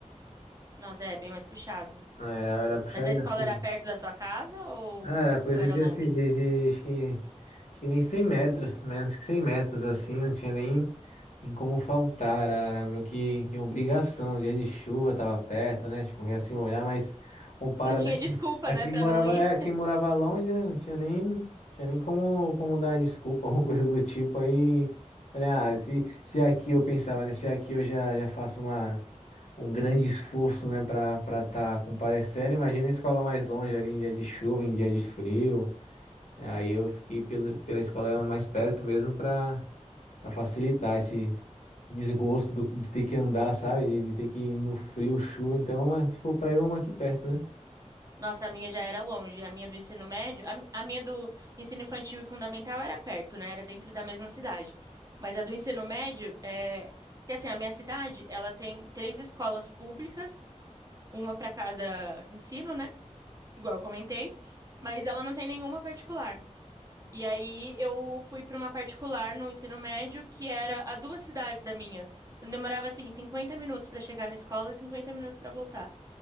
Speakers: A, on the right; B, on the left.
A: Nossa, é bem mais puxado.
B: Ah, Era, era puxadinho
A: Mas a escola
B: assim.
A: era perto da sua casa ou,
B: Ah, Era coisa
A: ou era
B: de,
A: longe?
B: assim, de, de acho que, acho que nem 100 metros, menos que 100 metros, assim, não tinha nem, nem como faltar, era, era meio que, que obrigação, dia de chuva tava perto, né, tipo, ia assim olhar, mas comparado
A: Não tinha
B: aqui,
A: desculpa,
B: aqui
A: né, pra
B: morava,
A: não ir.
B: é, aqui morava longe, né, não tinha nem, tinha nem como, como dar desculpa, <laughs> alguma coisa do tipo, aí, olha, ah, se, se aqui eu pensava, né, se aqui eu já, já faço uma um grande esforço, né, para para estar comparecendo. Imagina a escola mais longe ali em dia de chuva, em dia de frio. Aí eu fiquei pela, pela escola mais perto mesmo para facilitar esse desgosto do, de ter que andar, sabe? De, de ter que ir no frio, chuva. Então, mas se for para ir, uma aqui perto, né?
A: <laughs> Nossa, a minha já era longe. A minha do ensino médio, a, a minha do ensino infantil e fundamental era perto, né? Era dentro da mesma cidade. Mas a do ensino médio é. Porque assim, a minha cidade, ela tem três escolas públicas uma para cada ensino, né? Igual eu comentei, mas ela não tem nenhuma particular. E aí eu fui para uma particular no ensino médio que era a duas cidades da minha. Então demorava assim cinquenta minutos para chegar na escola e 50 minutos para voltar.